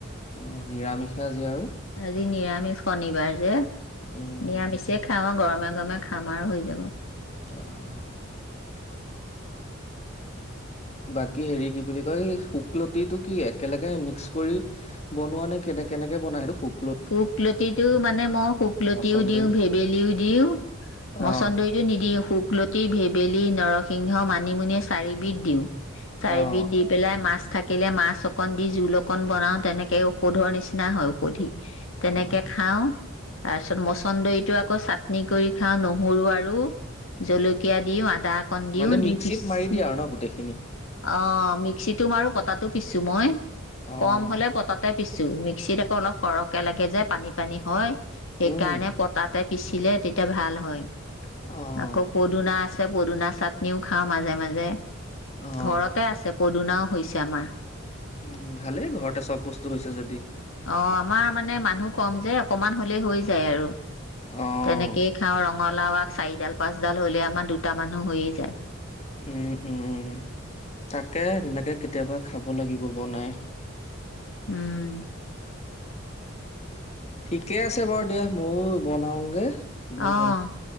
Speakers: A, on the left; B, on the left.
A: অ নিৰামিষে আজি আৰু
B: আজি নিৰামিষ শনিবাৰ যে
A: উম
B: নিৰামিষেই
A: উম
B: খাওঁ গৰমে মে খামাৰ হৈ যাব
A: আহ বাকী হেৰি কি বুলি কয় এই শুকলতিটো কি একেলগে মিক্স কৰি বনোৱা নে কেনে কেনেকে বনাই সেইটো শু
B: শুকলকলতিটো মানে মই শুকলতিও
A: মচন্দৰী
B: দিওঁ ভেবেলীও দিওঁ মচন্দৰিটো
A: অ'
B: নিদিওঁ শুক শুকলতি ভেবেলী নৰসিংহ মানিমুনি চাৰিবিধ দিওঁ চাৰিিবধ
A: অ'
B: দি পেলাই মাছ থাকিলে মাছ অকণ দি জোল অকণ বনাও তেনেকে ঔষধৰ নিচিনা হয় ঔষধি তেনেকে
A: অ'
B: খাও তাৰ পিছত মচন্দৰিতটো আকৌ চাটনি কৰি খাওঁ নহৰু আৰু জলকীয়া দিওঁ আদা অকণ দিওঁ
A: মানে
B: দি
A: মিক্সিত
B: পিচি
A: মাৰি দিয়ে আৰু ন গোটেইখিনি
B: অ মিক্সিতটো মাৰো কটাটো পিছো মই
A: অ'
B: কম হ'লে পতাতে পিছো মিক্সিত কৌ অলপ সৰহকে লাগে যে পানী পানী হয় সেইকাৰণে
A: উম
B: পতাতে পিচিলে তেতিয়া ভাল হয়।
A: অ'
B: আকৌ পদুনা আ। আছে পদুনা চাটনিও খাওঁ মাজে- মাজে।
A: অ'
B: ঘৰতে আছে। পদুনাও হৈছে আমাৰ।
A: উম', ভালেই ঘৰতে চব বস্তু হৈছে যদি।
B: অ আমাৰ মানে মানুহ কম যে অকমান হ'লেই হৈ যায় আৰু।
A: অ'
B: তেনেকেই খাওঁ ৰং কঙ লাওআগ চাৰিডাল, পাঁচডাল হলে আমাৰ দুটা মানুহ হৈয়ে যায়।
A: উম', -উম', - উম', তাকে তেনেকে। কেতিয়াবা খাব লাগিব বনাই।
B: উম',
A: ঠিকে আছে বাৰু দিয়া ময়ো বনাওগে। তুমিও
B: অহ',